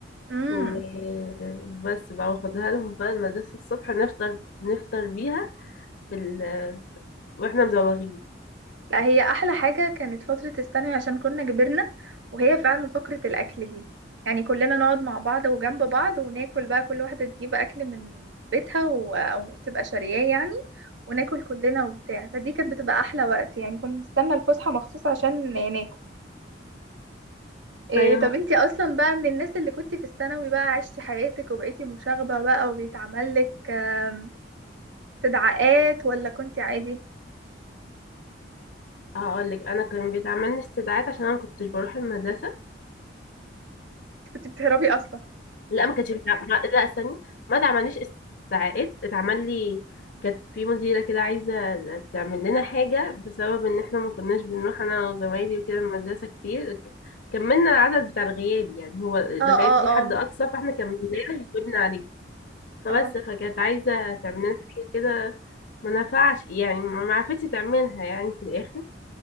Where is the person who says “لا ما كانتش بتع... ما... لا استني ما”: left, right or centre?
Left